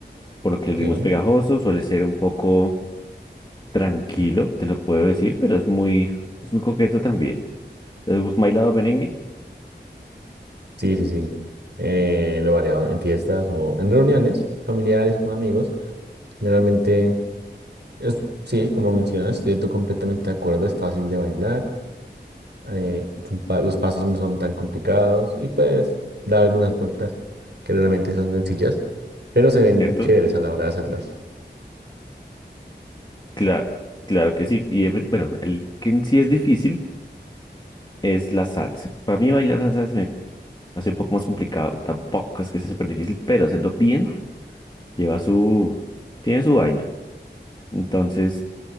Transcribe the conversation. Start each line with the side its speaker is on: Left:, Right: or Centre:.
Left: por lo que el ritmo
Right: sí.
Left: es pegajoso, suele ser un poco tranquilo, te lo puedo decir, pero es muy, es muy coqueto también. ¿Has bailado merengue?
Right: Sí, sí, sí. Eh, lo he variado en fiestas o en reuniones familiares con amigos. Generalmente, es, sí, como mencionas, estoy to- completamente de acuerdo, es fácil de bailar, eh, son pa- los pasos no son tan complicados y puedes dar algunas vueltas que realmente son sencillas, pero se ven
Left: ¿Es cierto?
Right: chéveres a la hora de hacerlas.
Left: Claro, claro que sí. Y eh, bueno, el que en sí es difícil es la salsa. Para mí bailar salsa se me hace un poco más complicado. Tampoco es que sea súper difícil, pero hacerlo bien lleva su, tiene su vaina. Entonces,